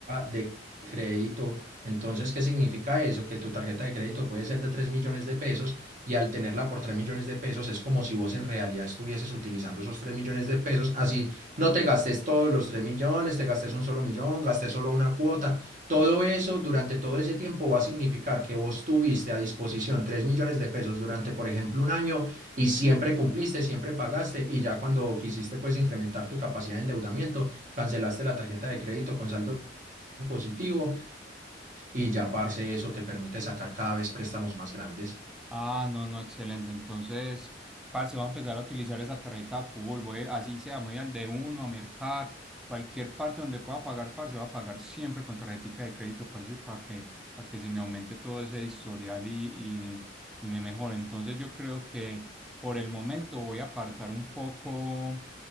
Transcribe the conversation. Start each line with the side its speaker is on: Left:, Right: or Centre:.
Right: de crédito, entonces, ¿qué significa eso? Que tu tarjeta de crédito puede ser de 3 millones de pesos y al tenerla por 3 millones de pesos es como si vos en realidad estuvieses utilizando esos 3 millones de pesos, así no te gastes todos los 3 millones, te gastes un solo millón, gastes solo una cuota, todo eso durante todo ese tiempo va a significar que vos tuviste a disposición 3 millones de pesos durante, por ejemplo, un año y siempre cumpliste, siempre pagaste y ya cuando quisiste pues incrementar tu capacidad de endeudamiento, cancelaste la tarjeta de crédito con saldo positivo y ya, parce,
Centre: sí
Right: eso te permite sacar cada vez préstamos más grandes.
Centre: Ah, no, no, excelente. Entonces, parce, voy a empezar a utilizar esa tarjeta de fútbol. Voy, así sea, me voy al de uno, a Mercar, cualquier parte donde pueda pagar, parce, voy a pagar siempre con tarjetica de crédito, parce, para que, para que se me aumente todo ese historial y, y, y me mejore. Entonces, yo creo que por el momento voy a apartar un poco